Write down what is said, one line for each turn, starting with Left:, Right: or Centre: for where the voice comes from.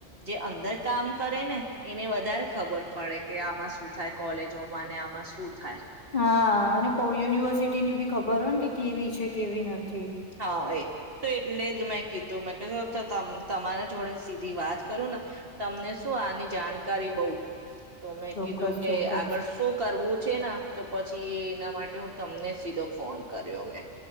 Right: જે અંદર કામ કરે ને એને વધારે ખબર પડે કે આમાં શું થાય કોલેજોમાં ને આમાં શું. થાય
Left: હા અને કો યુનિવર્સિટી ની બી ખબર હોય ને કે. કેવી છે કેવી નથી.
Right: હા એ તો એટલે જ મેં કીધું મે. તમારા જોડે સીધી વાત કરું ને તમને શું આની જાણકારી બઉ. તો મેં
Left: ચોક્કસ
Right: કીધું કે
Left: ચોક્કસ
Right: આગળ શું કરવું. છે તો પછી એના માટે હું તમને સીધો ફોન કર્યો મેં.